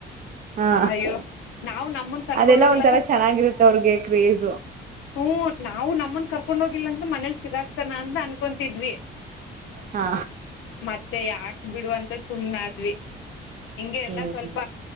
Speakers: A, on the right; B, on the left.
A: ಹಾ
B: ಅಯ್ಯೋ ನಾವು ನಮ್ಮನ್ ಕರ್ಕೊಂಡ್
A: ಅದೆಲ್ಲಾ
B: ಹೋಗಲ್ಲ
A: ಒಂಥರ
B: ಸರ್
A: ಚೆನ್ನಾಗಿರುತ್ತೆ ಅವ್ರಿಗೆ ಕ್ರೇಜು
B: ಹ್ಮ ನಾವು ನಮ್ಮನ್ ಕರ್ಕೊಂಡ್ ಹೋಗಿಲ್ಲ ಅಂತ ಮನೇಲಿ ಸಿಗಾಗಸಾನ ಅಂತ ಅನ್ಕೊಂತಿದ್ವಿ
A: ಹಾ
B: ಮತ್ತೆ ಯಾಕ್ ಬಿಡುು ಅಂತ ಸುಮ್ನೆ ಆದ್ವಿ ಹಿಂಗೆ ಎಲ್ಲಾ
A: ಹ್ಮ್
B: ಸ್ವಲ್ಪ
A: ಹ್ಮ್